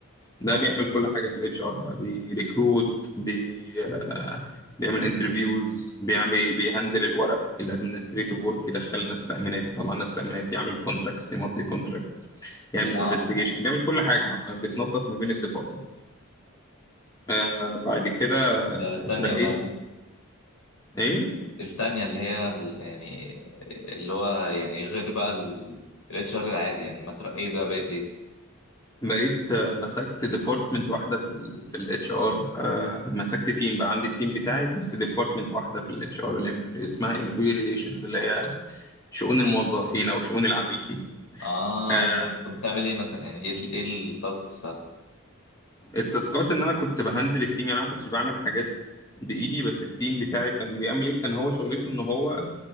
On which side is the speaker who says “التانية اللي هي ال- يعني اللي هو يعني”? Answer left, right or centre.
Left